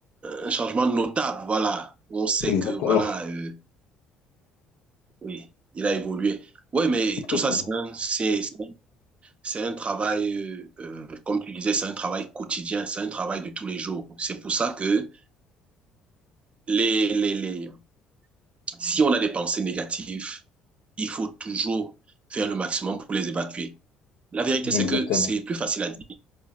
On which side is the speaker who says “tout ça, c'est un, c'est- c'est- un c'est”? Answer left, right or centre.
Right